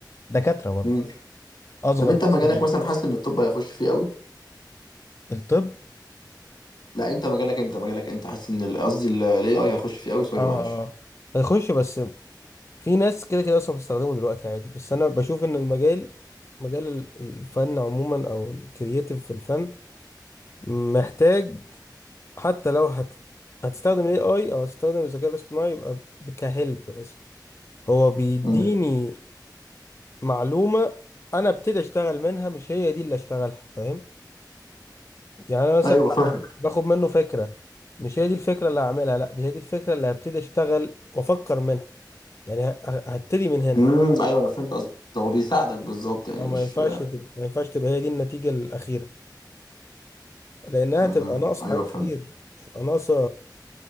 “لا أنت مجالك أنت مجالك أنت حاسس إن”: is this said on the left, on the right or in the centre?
Left